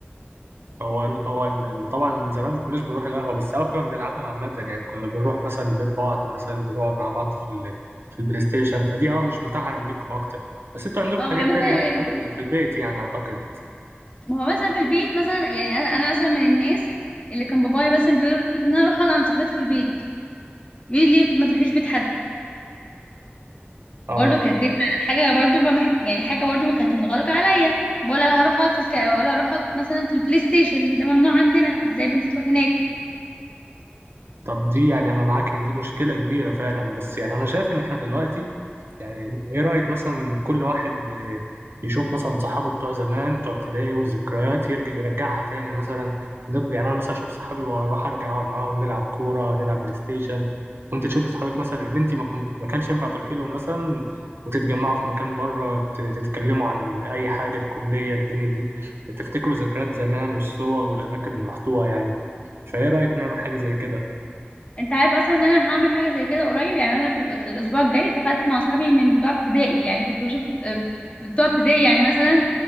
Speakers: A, on the right; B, on the left.
A: هو هو اللي طبعا من زمان ما كناش بنروح القهوة بس أه كنا بنلعبها عامة يعني كنا بنروح مثلا بيت بعض مثلا بنقعد مع بعض في ال... في البلاي ستيشن فدي أه مش متاحة عندكم أكتر بس أنتوا عندكم
B: اه
A: حاجات
B: ما هي مثلا
A: تانية هتتعمل في البيت يعني أعتقد
B: ما هو مثلا في البيت مثلا يعني انا انا مثلا من الناس اللي كان بابايا مثلا بيرفض ان انا اروح اقعد عند صاحبتي في البيت يقول لي ليه ما تروحيش بيت حد
A: أه
B: فبرضه كانت دي حاجه برضه ما بحب يعني حاجه برضه كانت منغلقه عليا ولا هروح اقعد في الك... ولا هروح اقعد مثلا في البلاي ستيشن ده ممنوع عندنا ازاي بنت تروح هناك
A: طب دي يعني انا معاك دي مشكله كبيره فعلا بس يعني انا شايف ان احنا دلوقتي يعني ايه رايك مثلا كل واحد آه، يشوف مثلا صحابه بتوع زمان بتوع ابتدائي والذكريات يرجع يرجعها تاني مثلا نط- يعني انا مثلا اشوف صحابي واروح ارجع اقعد معاهم نلعب كوره نلعب بلاي ستيشن وانت تشوف اصحابك مثلا اللي انت ما كنت ما كانش ينفع تروحي لهم مثلا وتتجمعوا في مكان بره ت- تتكلموا عن اي حاجه الكليه الدنيا دي تفتكروا ذكريات زمان والصور والاماكن اللي رحتوها يعني فايه رايك نعمل حاجه زي كده
B: انت عارف اصلا ان انا هعمل حاجه زي كده قريب يعني انا في ال- الاسبوع الجاي اتفقت مع اصحابي من بتوع ابتدائي يعني كنت بشوف آه، بتوع ابتدائي يعني مثلا